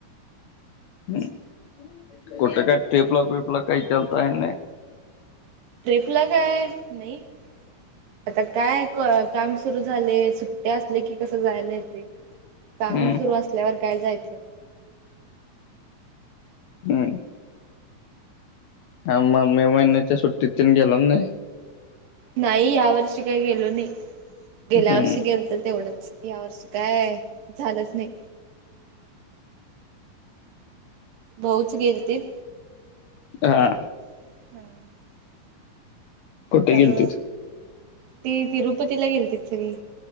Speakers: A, on the left; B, on the right.
A: हम् कुठे काय टेपला पेपला काही लत आहे नाही
B: ट्रिपला काय नाही आता काय काम सुरु झाले सुट्टे असले की कसं जायला ते काम
A: हम्म
B: सुरू असल्यावर काय जायचं
A: हम् हा मग मे महिन्याच्या सुट्टीत गेल नाही
B: नाही या वर्षी काय गेलो नाही गेल्या
A: हम्म
B: वर्षी गेल तर तेवढंच या वर्षी काय झालंच नाही भाऊच गेलतीत
A: हा
B: हम्म
A: कुठे
B: त्यामु
A: गेलतीत
B: ती तिरुपतीला गेलती सरी